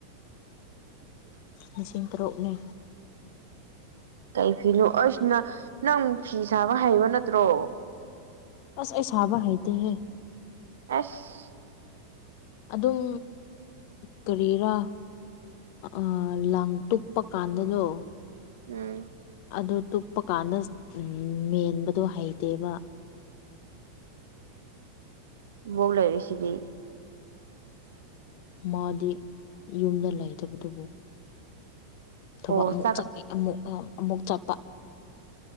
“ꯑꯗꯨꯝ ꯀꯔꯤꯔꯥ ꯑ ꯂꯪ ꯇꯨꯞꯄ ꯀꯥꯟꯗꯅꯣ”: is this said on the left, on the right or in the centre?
Left